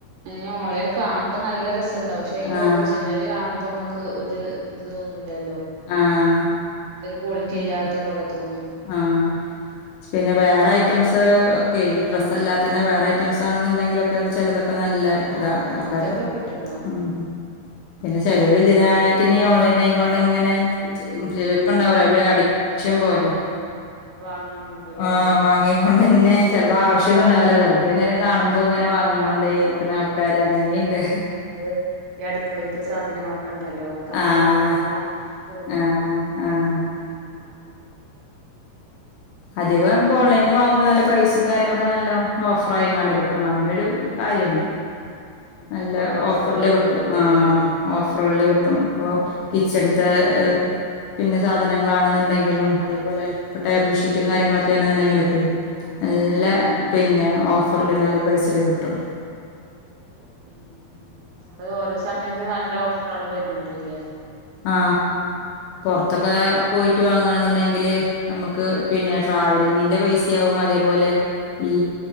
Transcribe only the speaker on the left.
ആഹ്
ആഹ്
പിന്നെ
ആഹ്. പിന്നെ വേറെ ഐറ്റംസ് ഒക്കെ ഈ ഡ്രസ്സ് അല്ലാത്ത തന്നെ വേറെ ഐറ്റംസ് ആണ്ന്ന്ണ്ടെങ്കിലൊക്കെ ചെലതൊ ഒക്ക നല്ല ഇതാ
ആ
ക്കാരം
ആഹ്. പിന്നെ ചേലോരിതിനായിട്ട്ന്നെ ഈ ഓൺലൈൻ ആയ് കൊണ്ടിങ്ങനെ ചെലോർക്ക്ണ്ടാവല്ലൊ
ഒരു അഡിക്ഷൻ പോലെ.
ആ വാങ്ങിയ കൊണ്ടെന്നെ. ചെലപ്പൊ ആവശ്യന്നും ഉണ്ടാവുല. വെറുതെ ഇങ്ങനെ കാണുമ്പ ഇപ്പ ഇങ്ങനെ വാങ്ങി
കൊണ്ടേ ഇരിക്ക്ണ
ആൾക്കാര്. അങ്ങനി
ഇണ്ട്.
ആഹ്
ആഹ് ആഹ്
അധികം നമുക്ക് ഓൺലൈൻന്ന് വാങ്ങുമ്പ നല്ല പ്രൈ കാര്യങ്ങളൊക്കെ നല്ലൊം ഓഫറായിങ്ങാണ്ട് കിട്ടും. അങ്ങനൊരു കാര്യ ഇണ്ട്.
നല്ല
ഓഫറ്ല്
കിട്ടും. ആഹ്. ഓഫറുകളില് കിട്ടും.
ഇപ്പൊ കിച്ചണ്ത്തെ പിന്നെ സാധനങ്ങളാണെന്ന്ണ്ടെങ്കിലും അതേപോലെ ടേബിൾഷീറ്റ് റ്റും കാര്യങ്ങളൊക്കെ ആണ്ന്നുണ്ടെങ്കിലൊക്കെ
നല്ല
പിന്നെ ഓഫറിൽ നല്ല പ്രൈസില് കിട്ടും.
ആ പൊറ്ത്തൊക്കെ പോയിട്ട് വാങ്ങാണ് ഇന്നുണ്ടെങ്കില് നമക്ക്. പിന്നെ ട്രാവലിങ്ങിന്റെ പൈസയാകും. അതേപോലെ ഈ